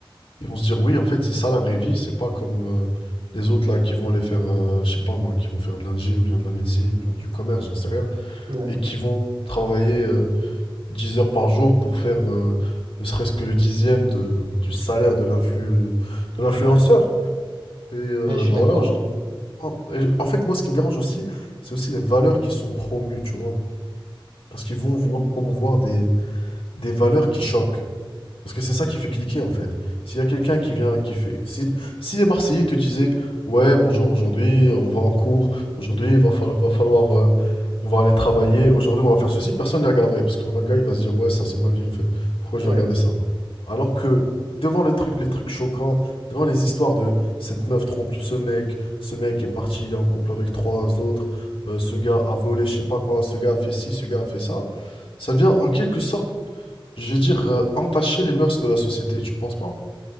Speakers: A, on the left; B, on the right.
A: Ils vont se dire, oui, en fait, c'est ça la vraie vie. C'est pas comme euh, les autres là qui vont aller faire, euh, je sais pas moi, qui vont faire de l'ingé ou bien de la médecine ou bien du commerce, j'en sais rien,
B: Ouais,
A: et qui vont travailler euh, 10 heures par jour pour faire euh, ne serait-ce que le dixième de, du salaire de l'influ, de l'influenceur.
B: ouais,
A: Et euh,
B: ouais, je suis
A: voilà,
B: d'accord.
A: aujourd'hui. En et en fait, moi, ce qui me dérange aussi, c'est aussi les valeurs qui sont promues, tu vois. Parce qu'ils vont vouloir promouvoir des, des valeurs qui choquent. Parce que c'est ça qui fait cliquer en fait. S'il y a quelqu'un qui vient, qui fait. Si, si les Marseillais te disaient, ouais, bonjour, aujourd'hui, on va en cours, aujourd'hui, il va, fallo- va falloir. euh, on va aller travailler, aujourd'hui, on va faire ceci, personne ne les regarderait. Parce qu'un gars, il va se dire, ouais, ça, c'est ma vie en fait. Pourquoi je
B: Ouais.
A: vais regarder ça? Alors que devant les trucs, les trucs choquants, devant les histoires de cette meuf trompe ce mec, ce mec est parti, il est en couple avec trois autres, euh, ce gars a volé, je sais pas quoi, ce gars a fait ci, ce gars a fait ça, ça vient en quelque sorte je vais dire, euh, entacher les mœurs de la société, tu penses pas?